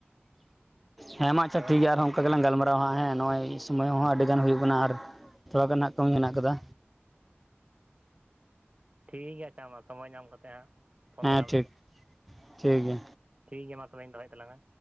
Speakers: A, in the centre; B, on the right.
A: ᱦᱮᱸ ᱢᱟ ᱟᱪᱪᱷᱟ
B: ᱥᱮ ᱵᱟᱝ
A: ᱴᱷᱤᱠ ᱜᱮᱭᱟ ᱟᱨ ᱦᱚᱸ ᱚᱝ ᱠᱟ ᱜᱮᱞᱟᱝ ᱜᱟᱞ ᱢᱟᱨᱟᱣᱟ ᱦᱟᱸᱜ ᱦᱮᱸ ᱱᱚᱜᱼᱚᱭ ᱥᱚᱢᱳᱭ ᱦᱚᱸ ᱟᱹᱰᱤ ᱜᱟᱱ ᱦᱩᱭᱩᱜ ᱠᱟᱱᱟ ᱟᱨ ᱛᱷᱚᱲᱟ ᱜᱟᱱ ᱦᱟᱸᱜ ᱠᱟᱹᱢᱤ ᱦᱮᱸᱱᱟᱜ ᱠᱟᱫᱟ᱾
B: ᱴᱷᱤᱠ ᱜᱮᱭᱟ ᱟᱪᱪᱷᱟ ᱢᱟ ᱥᱚᱢᱚᱭ ᱧᱟᱢ ᱠᱟᱛᱮᱜ ᱦᱟᱸᱜ ᱯᱷᱳᱱ
A: ᱦᱮᱸ
B: ᱛᱟᱞᱟᱝ
A: ᱴᱷᱤᱠ
B: ᱢᱮ
A: ᱴᱷᱤᱠ ᱜᱮᱭᱟ᱾
B: ᱴᱷᱤᱠ ᱜᱮᱭᱟ ᱢᱟ ᱛᱚᱵᱮᱧ ᱫᱚᱦᱚᱭᱮᱫ ᱛᱟᱞᱟᱝ-ᱟ᱾